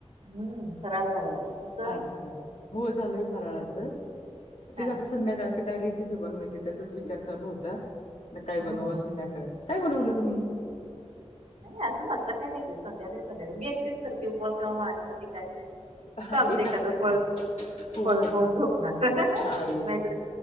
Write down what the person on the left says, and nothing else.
अच्छा, हो झालंय फराळाचं, तेच
आता संध्याकाळ त काय रेसिपी बनवायची त्याचाच विचार चालू होता, काय बनवाव
संध्याकाळी, काय बनवलं तु?
हा
एकासाठी
हो
हो हो
अरे